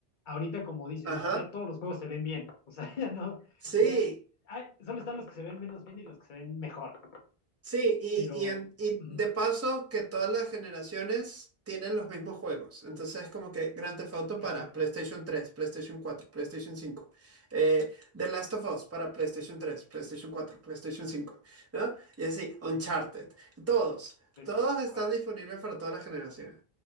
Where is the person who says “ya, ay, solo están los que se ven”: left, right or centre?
Left